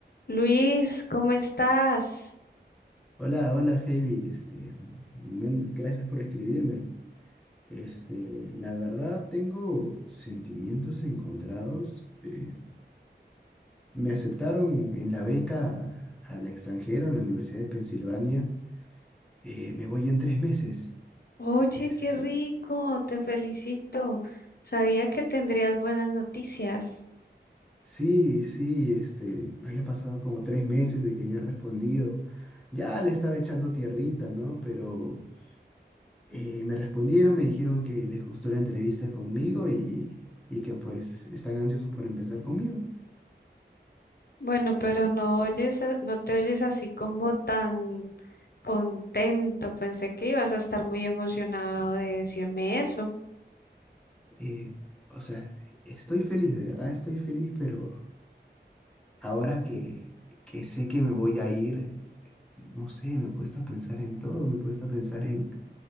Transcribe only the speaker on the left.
Luis, ¿cómo estás?
Oye,
qué rico, te felicito. Sabía que tendrías buenas noticias.
Bueno, pero no oyes, a- no te oyes así como tan contento. Pensé que ibas a estar muy emocionado de decirme eso.